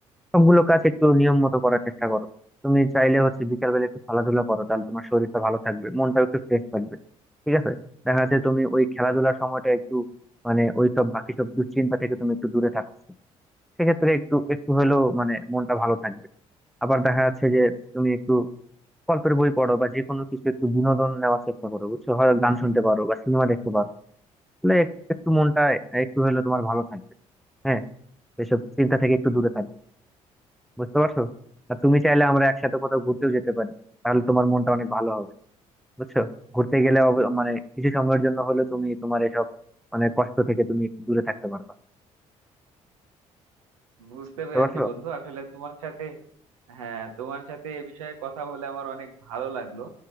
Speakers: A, in the centre; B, on the right.
A: সবগুলো কাজ একটু নিয়ম মতো করার চেষ্টা করো তুমি চাইলে হচ্ছে বিকাল বেলা একটু খেলাধুলা করো তাহলে তোমার শরীরটা ভালো থাকবে মনটাও একটু ফ্রেশ থাকবে ঠিক আছে দেখা যাচ্ছে তুমি ওই খেলাধুলার সময়টা একটু মানে ওই সব বাকি সব দুশ্চিন্তা থেকে তুমি একটু দূরে থাকছো সেক্ষেত্রে একটু একটু হলেও মানে মনটা ভালো থাকবে আবার দেখা যাচ্ছে যে তুমি একটু গল্পের বই পড়ো বা যে কোনো কিছু একটু বিনোদন নেওয়ার চেষ্টা করো বুঝছো হয় গান শুনতে পারো বা সিনেমা দেখতে পারো তাহলে এক- একটু মনটা একটু হলেও তোমার ভালো থাকবে হ্যাঁ এসব চিন্তা থেকে একটু দূরে থাকবে বুঝতে পারছো আর তুমি চাইলে আমরা একসাথে কোথাও ঘুরতেও যেতে পারি তাহলে তোমার মনটা অনেক ভালো হবে বুঝছো ঘুরতে গেলে অব- মানে কিছু সময়ের জন্য হলেও তুমি তোমার এসব মানে কষ্ট থেকে তুমি একটু দূরে থাকতে পারবা
B: বুঝতে
A: বুঝতে
B: পেরেছি
A: পারছো
B: বন্ধু আসলে তোমার সাথে হ্যাঁ তোমার সাথে এ বিষয়ে কথা বলে আমার অনেক ভালো লাগলো